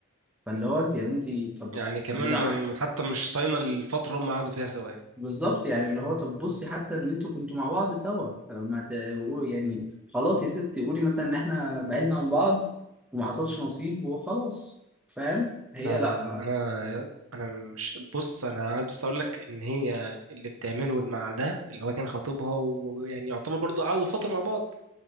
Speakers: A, in the centre; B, on the right (about 75°).
A: فاللي هو انت يا بنتي طب
B: يعني كمان
A: ده
B: ما... حتى مش صاينة الفترة هم قعدوا فيها سوا يعني
A: بالظبط يعني اللي هو طب بصي حتى ان انتوا كنتوا مع بعض سوا ما ت... يعني خلاص يا ستي قولي مثلا ان احنا بعدنا عن بعض وما حصلش نصيب وخلاص فاهم هي
B: لا لا
A: لا
B: لا انا انا مش بص انا عايز بس اقول لك ان هي اللي بتعمله مع ده اللي هو كان خطيبها ويعني يعتبر برضو قعدوا فترة مع بعض